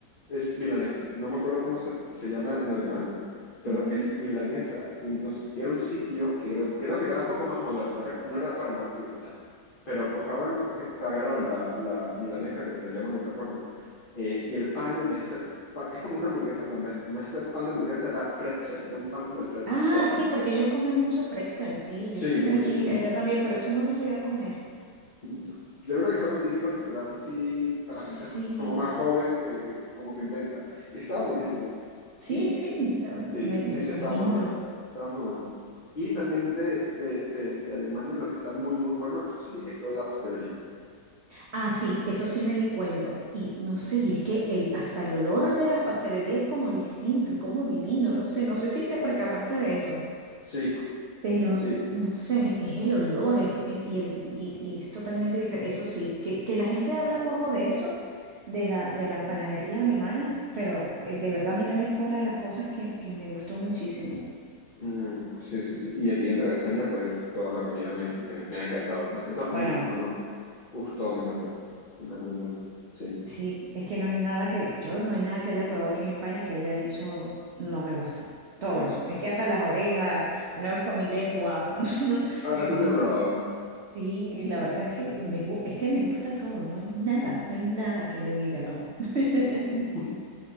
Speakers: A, on the left (about 40°); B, on the right (about 75°).
A: es milanesa. No me acuerdo cómo se, se llama en alemán, pero
B: Ujú.
A: es milanesa. Y entonces y era un sitio que creo, creo que era un poco más moderno, era, no era para nada tradicional, pero cojaban, coge- o sea, agarraban la, la milanesa, que la llaman de otra forma, eh, y el pan, en vez de ser pan, es como una hamburguesa, pero en vez, en vez de ser pan de hamburguesa era pretzel, era un pan como de pretzel
B: Ah,
A: suave.
B: sí, porque ellos comen mucho pretzel, sí.
A: Sí,
B: Yo estuve
A: muchísimo.
B: allí, allá también, pero eso no lo llegué a comer.
A: Yo creo que es como típico restaurante así para
B: Sí,
A: gente jo- como más joven que, que como que inventa. Y estaba buenísimo.
B: sí,
A: Y
B: sí, la ver-
A: sí,
B: me,
A: sí,
B: me
A: sí,
B: imagino.
A: estaba muy bueno. Estaba muy bueno. Y también de, de, de, de Alemania lo que está muy, muy bueno, eso sí, es toda la pastelería.
B: Ah, sí, eso sí me di cuenta. Y no sé, y es que el, hasta el olor de las pastelerías es como distinto, es como divino, no sé, no sé si te percataste de eso,
A: Sí,
B: pero
A: sí.
B: no sé, es el olor es- es- y, el, y, y es totalmente diferente. Eso sí, que, que la gente habla poco de eso, de la, de la panadería alemana, pero eh, de verdad a mí también fue una de las cosas que, que me gustó muchísimo.
A: Mm, sí, sí, sí. Y aquí dentro de España, pues toda la comida me, me, me ha encantado. Más que todo, a
B: Bueno,
A: mí en cuando... Uf, todo me encanta. Me encanta, me encanta. Sí.
B: Sí, es que no hay nada que, yo no hay nada que haya probado aquí en España que haya dicho no me gusta.
A: Dios.
B: Todo. Es que hasta las orejas, una vez comí lengua con- <laughs>
A: Ah,
B: en
A: eso
B: una.
A: se lo he probado.
B: Sí, y la verdad es que me, gu- es que me gusta todo, no hay nada, no hay nada que yo diga no. <laughs>
A: <laughs> Mm.